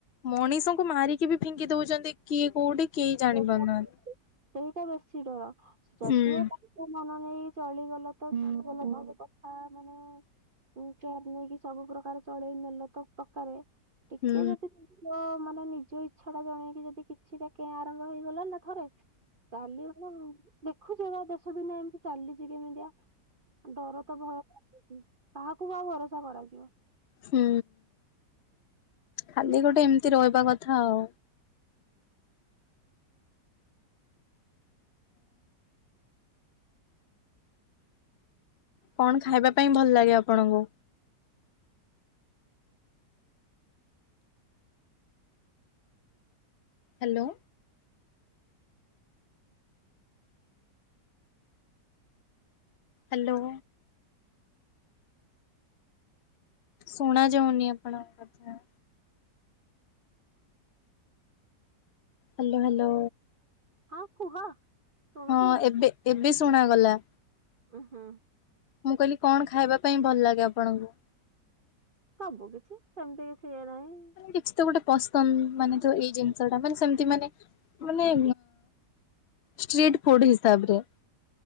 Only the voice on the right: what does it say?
<unintelligible>
ସେଇଟା ବେଶୀ ଡର, ଯଦିଓ।
କଥା ମାନି ନେଇକି ଚଳିଗଲ ତ, ଚଳିଗଲ <unintelligible> କଥା ମାନେ ଚୋର୍ ଚାର୍ ନେଇକି ସବୁ ପ୍ର୍ରକାର ଚଳେଇ ନେଲେ ତ, ପକାରେ ଟିକେ
ଯଦି <unintelligible> ମାନେ ନିଜ ଇଚ୍ଛା ଟା ଜଣେଇକି, ଯଦି କିଛିଟା କେ ଆରମ୍ଭ ହେଇଗଲାଣି ନା ଥରେ? ଚାଲିିବ ନାଈ, ଦେଖୁଛ ବା ଦେଶ ଦୁିନିଆ ଏମିତି ଚାଲିଛି କେମିତିଆ। ଡର ତ ଭୟ, କାହାକୁ ଆଉ ଭରସା କରାଯିବ?
ହଁ, କୁହ। ଶୁଣୁଛି
ଉଁ ହୁଁ।
ସବୁ କିଛି ସେମିତି କିଛି ଇଏ ନାହିଁ।